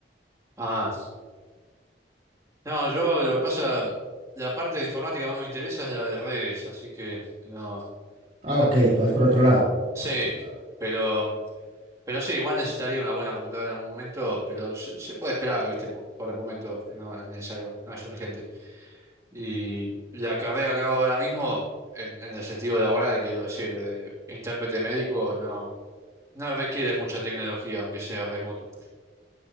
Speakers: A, on the right (about 20°); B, on the right (about 40°).
A: Ah. No, yo lo que pasa, la parte de informática más me interesa es la de redes, así que no, o sea,
B: Ah, ok, tú vas por otro lado.
A: sí,
B: Tú vas por otro lado.
A: pero, pero sí, igual necesitaría una buena computadora en algún momento, pero se, se puede esperar, ¿viste? Por, por el momento no es necesario, no es urgente. Y la carrera que hago ahora mismo, en, en el sentido laboral, quiero decir, de intérprete médico, no, no requiere mucha tecnología, aunque sea remoto.